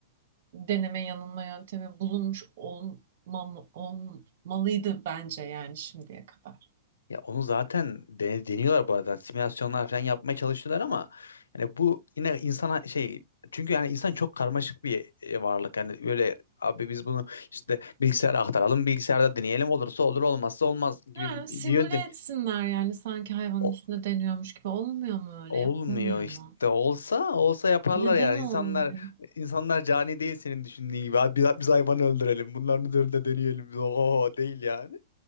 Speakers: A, on the right; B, on the left.
A: deneme yanılma yöntemi bulunmuş olmam, olmalıydı bence yani şimdiye kadar.
B: Ya onu zaten dene- deniyorlar bu arada. Simülasyonlar falan yapmaya çalışıyorlar ama yani bu yine insana şey çünkü yani insan çok karmaşık bir e, varlık. Yani öyle abi biz bunu işte bilgisayara aktaralım, bilgisayarda deneyelim. Olursa olur, olmazsa olmaz gibi
A: Ha, simüle
B: bir bir yöntem.
A: etsinler yani sanki hayvanın
B: O-
A: üstünde deniyormuş gibi olmuyor mu öyle
B: olmuyor
A: yapılmıyor
B: işte.
A: mu?
B: Olsa olsa yaparlar
A: Neden
B: yani.
A: olmuyor?
B: İnsanlar insanlar cani değil senin düşündüğün gibi. Abi biz, biz hayvanı öldürelim. Bunların üzerinde deneyelim. Oho değil yani.